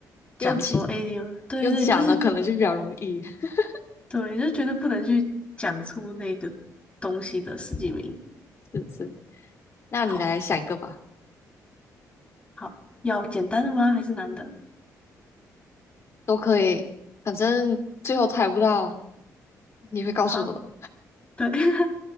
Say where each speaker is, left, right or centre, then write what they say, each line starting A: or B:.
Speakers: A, on the left; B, on the left.
A: 讲说，
B: 用讲
A: 哎、你有对对，
B: 用讲的可能就比较容易。
A: 你就是
B: <laughs>
A: 对，就觉得不能去讲出那个东西的实际名。
B: 是是，那你来想一个吧，
A: 好，好，要简单的吗？还是难的？
B: 都可以，反正最后猜不到，你会告诉我的。
A: 好，对，<laughs>